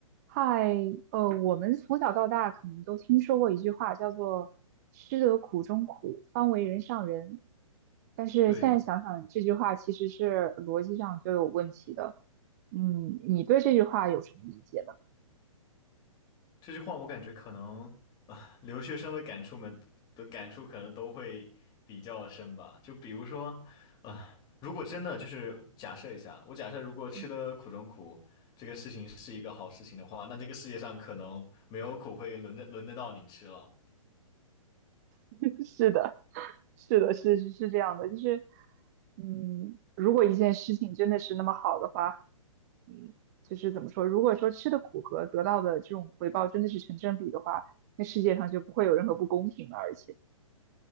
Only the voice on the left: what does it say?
对，
这句话我感觉可能啊，留学生的感触们的感触可能都会比较深吧。就比如说，啊，如果真的就是假设一下，我假设如果吃的苦中苦这个事情是一个好事情的话，
那这个世界上可能没有苦会轮得轮得到你吃了。